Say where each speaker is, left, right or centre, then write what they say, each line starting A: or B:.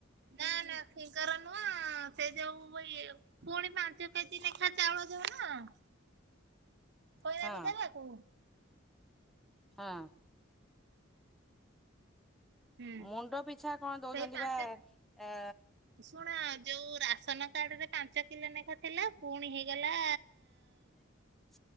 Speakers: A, on the right (about 60°); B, in the centre.
A: ନା ନା ଫିଙ୍ଗର ନୁହଁ ସେ ଯେଉ ଇଏ ପୁଣି ପାଞ୍ଚ କେଜି ଲେଖା ଚାଉଳ ଦଉନ କରିନାହାଁନ୍ତି
B: କଣ ହଁ
A: ଦେବାକୁ।
B: ହଁ।
A: ହୁଁ
B: ମୁଣ୍ଡ ପିଛା କଣ ଦଉଛନ୍ତି
A: ସେଇ ପାଞ୍ଚ
B: ବା ଆ
A: ଶୁଣ ଯୋଉ ରାସନ କାର୍ଡରେ ପାଞ୍ଚ କିଲୋ ଲେଖା ଥିଲା ପୁଣି ହେଇଗଲା
B: <inaudible>